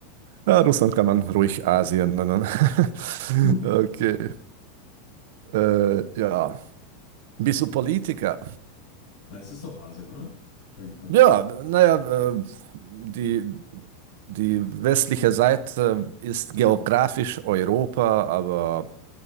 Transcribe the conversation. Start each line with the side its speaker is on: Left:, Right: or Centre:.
Right: Ja, Russland kann man ruhig Asien nennen. <laughs>
Left: Hm.
Right: Okay, äh, ja. Bist du Politiker?
Left: Na, es ist doch Asien, oder? Streng, also.
Right: Ja, naja,
Left: Ja,
Right: äh, die, die westliche Seite ist geografisch Europa, aber